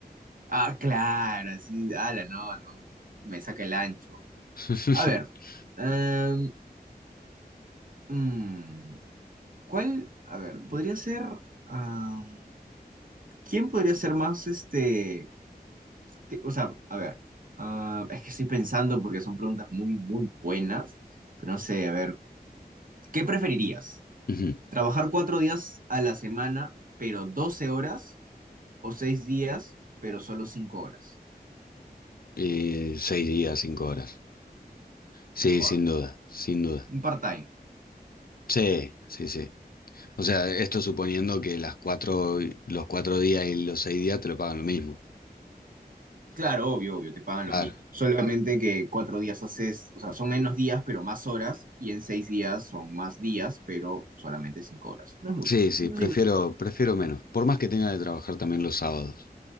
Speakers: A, on the right (about 55°); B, on the left (about 65°).
A: Ah, claro, sí. Ala, no, no. Me saca el ancho.
B: <laughs>
A: A ver. em, mm, ¿cuál? A ver, podría ser. am, ¿quién podría ser más este te- o sea, a ver, ah, es que estoy pensando porque son preguntas muy, muy buenas, pero no sé, a ver, ¿qué preferirías?
B: Ujú.
A: ¿Trabajar cuatro días a la semana, pero 12 horas? ¿O seis días, pero solo cinco horas?
B: Y seis días, cinco horas. Sí,
A: Mejor,
B: sin duda, sin duda.
A: un part-time.
B: Sí, sí, sí. O sea, esto suponiendo que las cuatro, los cuatro días y los seis días te lo pagan lo mismo.
A: Claro, obvio, obvio, te pagan
B: Claro.
A: lo mismo. Claro. Solamente que cuatro días haces, o sea, son menos días, pero más horas, y en seis días son más días, pero solamente cinco horas. No es mucho.
B: Sí, sí, prefiero,
A: Sí,
B: prefiero menos. Por más que tenga de trabajar también los sábados.